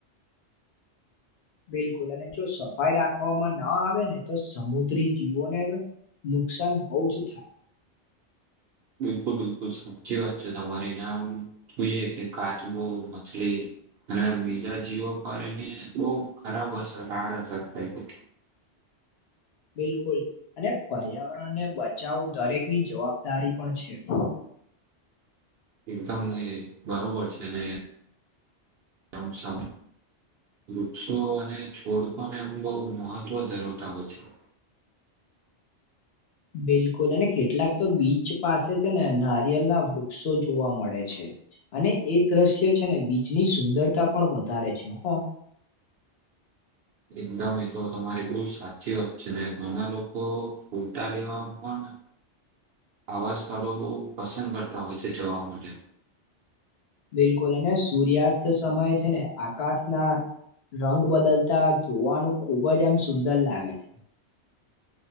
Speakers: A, on the left; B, on the right.
A: <inaudible> બિલકુલ અને જો સફાઈ રાખવામાં ના આવે ને તો સમુદ્રી જીવો ને આવે નુકસાન બહુ જ થાય
B: બિલકુલ બિલકુલ સાચી વાત છે તમારી નામ જોઈએ કે કાચબો મછલી અને બીજા જીવો પર એની બહ ખરાબ અસર આડ અસર થાય છે
A: <inaudible> બિલકુલ અને પર્યાવરણને બચાવું દરેકની જવાબદારી પણ છે <inaudible>
B: એકદમ નહી બરોબર છે ને શમ શમ વૃક્ષો અને છોડ પણને એમ બહુ મહત્વ ધરાવતા હોય છે
A: <inaudible> બિલકુલ, અને કેટલાક તો બીચ પાસે છે ને નારિયળ ના વૃક્ષો જોવા મળે છે. અને એ દ્રશ્ય છે ને બીચની સુંદરતા પણ વધારે છે, હા.
B: એકદમ એતો તમારી બઉુ સાચી વાત છે, ને ઘણા લોક તો ફોટા લેવાવામાં પણ આવા સ્થળો બોવ પસંદ કરતા હોય છે, જવા માટે
A: બિલકુલ અને સૂર્યાસ્ત સમય છે ને આકાશ ના રંગ બદલતા જોવાનું ખુબજ આમ સુંદર લાગે છે.